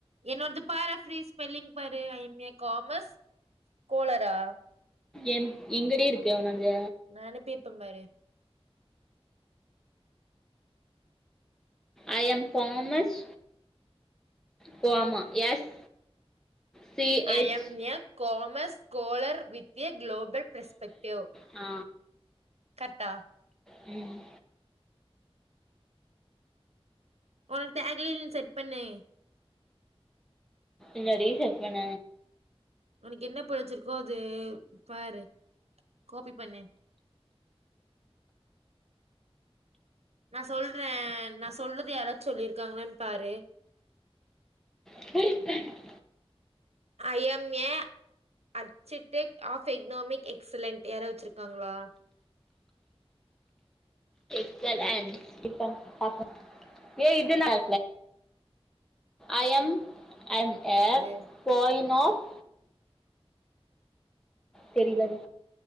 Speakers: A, on the right; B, in the centre.
A: என்னோடது பாரு ஃப்ரீ ஸ்பெல்லிங் பாரு ஐம் ய காமர்ஸ் கோளரா
B: என் எங்கடி இருக்கு ஒனது
A: நா அனுப்பி இருப்ப பாரு
B: ஐ எம் கோமஸ் கோ ஆமா S CH
A: I am a commerce scholar with a global perspective
B: ஆ
A: கர்ட்டா
B: ம்
A: ஒனக்கு டேக்லைனு செட் பண்ணு
B: என்னடி செட் பண்ண
A: ஒனக்கு என்ன புடிச்சிருக்கோ அது பாரு காபி பண்ணு நான் சொல்றே நா சொல்றத யாராச்சு சொல்லியிருக்காங்களன்னு பாரு
B: <inaudible>
A: I am a architect of economic excellent யார வச்சுருக்காங்களா
B: <unintelligible> ஏ இதுல்லா <unintelligible> ஐ எம் ஐம் ஏ
A: இது
B: கோ இன் ஆப் தெரிலடி